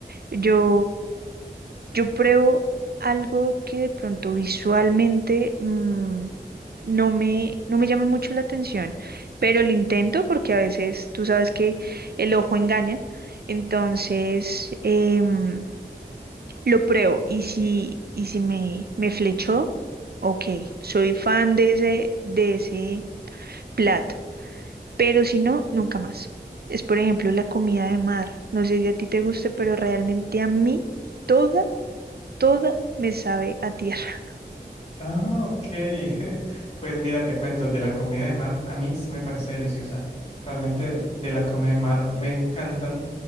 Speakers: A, on the right; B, on the left.
A: Yo, yo pruebo algo que de pronto visualmente mm, no me, no me llama mucho la atención, pero lo intento porque a veces tú sabes que el ojo engaña. Entonces, em, lo pruebo y si, y si me, me flechó, ok, soy fan de ese, de ese plato, pero si no, nunca más. Es, por ejemplo, la comida de mar. No sé si a ti te guste, pero realmente a mí toda, toda me sabe a tierra.
B: Ah, ok. <laughs> Pues mira, te cuento, de la comida de mar, a mí sí me parece deliciosa. Realmente de la comida de mar me encantan